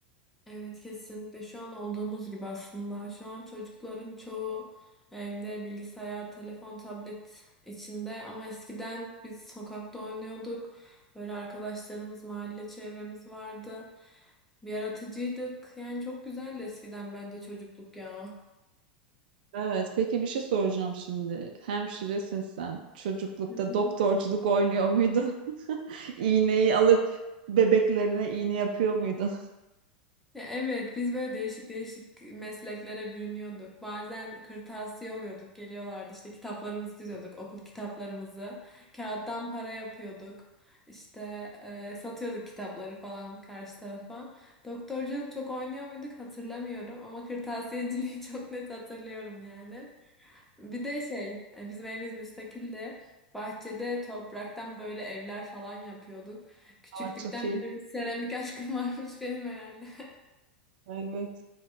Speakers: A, in the centre; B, on the right (about 65°).
A: Evet kesinlikle şu an olduğumuz gibi aslında. Şu an çocukların çoğu evde bilgisayar, telefon, tablet içinde ama eskiden biz sokakta oynuyorduk. Böyle arkadaşlarımız, mahalle çevremiz vardı. Bir yaratıcıydık. Yani çok güzeldi eskiden bence çocukluk ya.
B: Evet, peki bir şey soracağım şimdi. Hemşiresin sen. Çocuklukta
A: Hı hı.
B: doktorculuk oynuyor muydun? İğneyi alıp bebeklerine iğne yapıyor muydun?
A: Ya Evet,
B: <laughs>
A: biz böyle değişik değişik mesleklere bürünüyorduk. Bazen kırtasiye oluyorduk, geliyorlardı işte kitaplarımızı diziyorduk, okul kitaplarımızı. Kağıttan para yapıyorduk. İşte e, satıyorduk kitapları falan karşı tarafa. Doktorculuk çok oynuyor muyduk hatırlamıyorum ama kırtasiyeciliği <laughs> çok net hatırlıyorum yani. Bir de şey, e, bizim evimiz müstakildi. Bahçede topraktan böyle evler falan yapıyorduk. Küçüklükten
B: Aa, çok iyi.
A: beri bir seramik <laughs> aşkım varmış benim herhalde.
B: Evet.